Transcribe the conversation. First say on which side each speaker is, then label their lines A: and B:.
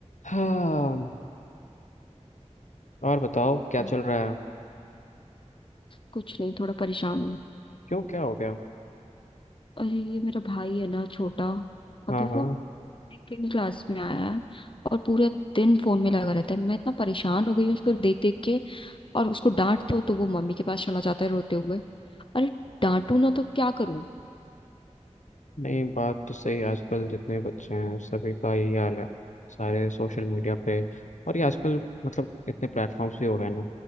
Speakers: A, on the left (about 80°); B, on the left (about 45°).
A: हाँ और बताओ क्या
B: हम्म,
A: चल रहा है
B: कुछ नहीं थोड़ा परेशान हूँ
A: क्यों क्या हो गया
B: अरे ये मेरा भाई है ना छोटा अभी
A: हाँ हाँ
B: वो सेकेंड क्लास में आया है और पूरे दिन फोन में लगा रहता है मैं इतना परेशान हो गई हूँ उसको देख देख के और उसको डांट दो तो वो मम्मी के पास चला जाता है रोते हुए अरे डांटू ना तो क्या करूं
A: नहीं बात तो सही है। आजकल जितने बच्चे हैं सभी का यही हाल है सारे सोशल मीडिया पे और ये आजकल मतलब इतने प्लेटफॉर्म्स भी हो गए ना